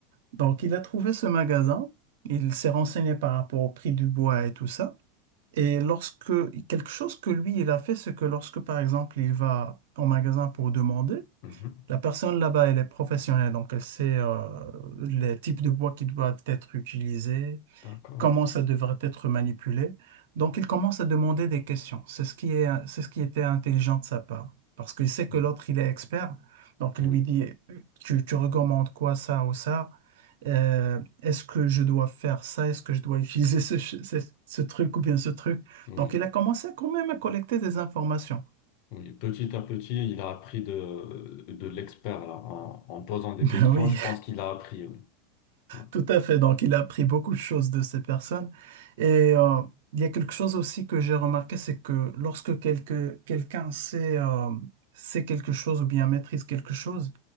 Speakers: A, on the right; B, on the left.
A: Donc, il a trouvé ce magasin, il s'est renseigné par rapport au prix du bois et tout ça. Et lorsque quelque chose que lui, il a fait, c'est que lorsque, par exemple, il va au magasin pour demander,
B: Mhm.
A: la personne là-bas, elle est professionnelle, donc elle sait euh, les types de bois qui doivent être utilisés,
B: D'accord.
A: comment ça devrait être manipulé. Donc, il commence à demander des questions. C'est ce qui est, c'est ce qui était intelligent de sa part, parce qu'il sait que
B: Mm.
A: l'autre, il est expert. Donc, il
B: Oui.
A: lui dit, tu, tu recommandes quoi, ça ou ça? Euh, est-ce que je dois faire ça? Est-ce que je dois utiliser ce, ch- ce- ce truc ou bien ce truc?
B: Oui.
A: Donc, il a commencé quand même à collecter des informations.
B: Oui. Petit à petit, il a appris de, de l'expert là. En, en posant des
A: <laughs> Ben
B: questions,
A: oui,
B: je pense qu'il a appris. Oui. Ouais.
A: Tout à fait. Donc, il a appris beaucoup de choses de ces personnes. Et euh, il y a quelque chose aussi que j'ai remarqué, c'est que lorsque quelque- quelqu'un sait, euh, sait quelque chose ou bien maîtrise quelque chose,